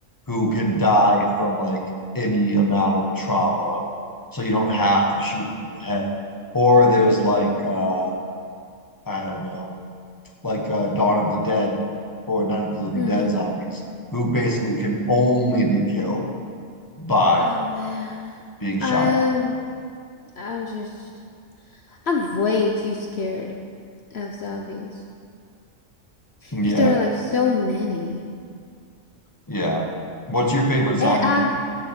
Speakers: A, on the left; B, on the left.
A: who can die from like any amount of trauma. So you don't have to shoot them in the head. Or there's like uh I don't know, like uh Dawn of the Dead or Night of the Living
B: Mm-hmm.
A: Dead zombies who basically can only be killed by
B: Oh man.
A: being shot
B: I'm
A: at.
B: I'm just I'm way too scared of zombies
A: Yeah,
B: because there are like so many.
A: yeah. What's your favorite zombie
B: And I'm
A: movie?